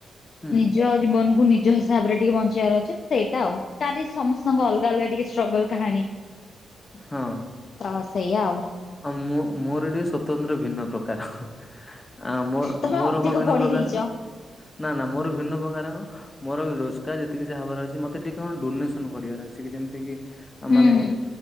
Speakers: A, on the left (about 20°); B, on the left (about 60°).
A: ହୁଁ
B: ନିଜ ଜୀବନ କୁ ନିଜ ହିସ୍ ହିସାବରେ ଟିକେ ବଞ୍ଚିବାର ଅଛି ସେଇଟା ଆଉ ତାଲଛି ସମସ୍ତଙ୍କ ଅଲଗା ଅଲଗା ଟିକେ ଷ୍ଟ୍ରଗଲ୍ କାହାଣୀ।
A: ହଁ।
B: ତ ସେଇଆ ଆଉ।
A: ଅଁ ମୋ ମୋରୋ ଟିକେ ସ୍ଵତନ୍ତ୍ର ଭିନ୍ନ ପ୍ରକାର। ଆଁ ମୋର୍
B: ତମେ
A: ମୋରୋ
B: ଅଧିକ
A: କଁ ଭିନ୍ନ
B: ପଢି
A: ପ୍ରକାର
B: ଦେଇଛ।
A: ନା ନା ମୋରୋ ଭିନ୍ନ ପ୍ରକାର ହବ। ମୋରୋ ରୋଜଗାର ଯେତିକି ଯାହା ହବାର ଅଛି ମତେ ଟିକେ କଁ ଡୋନେସନ୍ କରିବାର ଅଛି କି ଯେମିତି କି।
B: ହୁଁ
A: ମାନେ
B: ହୁଁ